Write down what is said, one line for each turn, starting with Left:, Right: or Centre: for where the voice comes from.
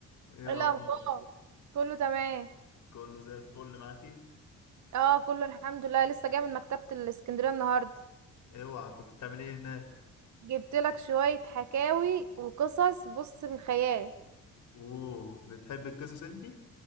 Left: ايه الاخبار
Right: إيه الاخبار كله تمام
Left: كله زي الفل معاكي
Right: اه كله الحمد لله لسه جاي من مكتبة الاسكندرية النهاردة
Left: اوعى كنت بتعملي ايه هناك
Right: جبت لك شوية حكاوي وقصص بص من خيال
Left: اوه بتحبي القصص انتي